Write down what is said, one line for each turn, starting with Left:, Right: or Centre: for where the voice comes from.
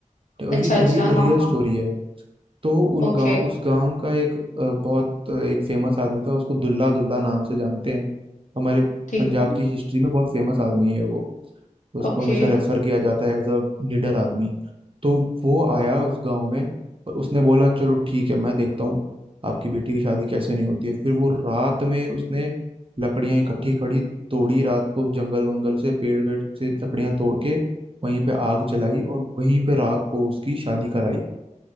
Right: और
Left: अच्छा
Right: ये
Left: अच्छा
Right: रियल
Left: हाँ
Right: स्टोरी
Left: हाँ
Right: है तो उन
Left: ओके
Right: गांव उस गांव का एक अ, बहुत अ, एक फेमस आदमी था उसको दुल्ला दुल्ला नाम से जानते हैं हमारे
Left: ठीक
Right: पंजाब
Left: है
Right: की हिस्ट्री में बहुत फेमस आदमी है वो तो उसको
Left: ओके
Right: हमेशा रेफर किया जाता है एज अ निडर आदमी तो वो आया उस गांव में और उसने बोला चलो ठीक है मैं देखता हूँ आपकी बेटी की शादी कैसे नहीं होती है फिर वो रात में उसने लकड़ियां इकट्ठी करी तोड़ी रात को जंगल वंगल से पेड़ वेड़ से लकड़ियां तोड़ के वहीं पे आग जलाई और वहीं पे रात को उसकी शादी कराई